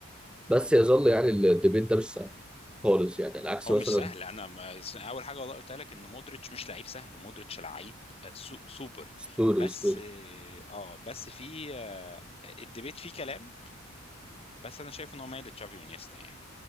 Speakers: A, in the centre; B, on the left.
A: بس يظل يعني الديبيت ده مش سهل خالص يعني العكس
B: هو
A: مثلا
B: مش سهل انا ما اول حاجه والله قلت لك ان مودريتش مش لعيب سهل مودريتش لعيب آه، سو سوبر
A: ستوري
B: بس
A: ستوري
B: اه بس في آه، الديبيت فيه كلام بس انا شايف ان هو مايل لتشافي ونيستا يعني